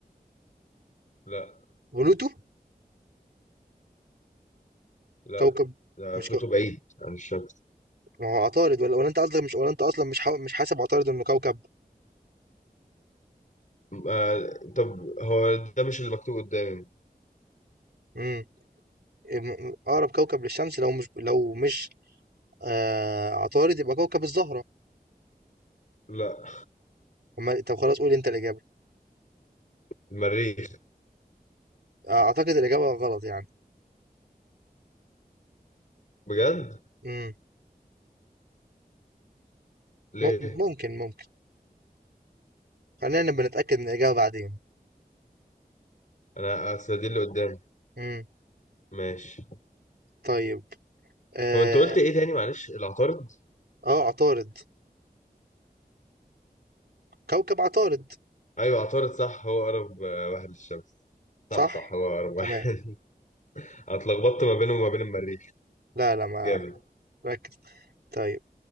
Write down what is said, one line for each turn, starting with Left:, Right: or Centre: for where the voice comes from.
Left: لا
Right: بلوتو
Left: لا
Right: كوكب
Left: ده
Right: مش
Left: بلوتو
Right: كو...
Left: بعيد عن الشمس
Right: ما هو عطارد ولا ولا انت قصدك مش ولا انت اصلا مش حا... مش حاسب عطارد انه كوكب
Left: آه... طب هو ده مش اللي مكتوب قدامي
Right: امم م- م- اقرب كوكب للشمس لو مش لو مش آه عطارد يبقى كوكب الزهرة
Left: لا
Right: أمال طب خلاص قول أنت الإجابة
Left: المريخ
Right: آه أعتقد الإجابة غلط يعني
Left: بجد؟
Right: مم.
Left: ليه؟
Right: مم- ممكن ممكن خلينا نبقى نتأكد من الإجابة بعدين
Left: أنا أصل دي اللي قدامي
Right: مم.
Left: ماشي
Right: طيب آه
Left: هو انت قلت ايه تاني معلش العطارد
Right: آه، عطارد كوكب عطارد
Left: ايوه عطارد صح هو اقرب آه، واحد للشمس صح
Right: صح
Left: صح هو اقرب واحد
Right: تمام
Left: <laughs> أنا اتلخبطت ما بينه وما بين المريخ
Right: لا لا ما
Left: جامد
Right: ركز طيب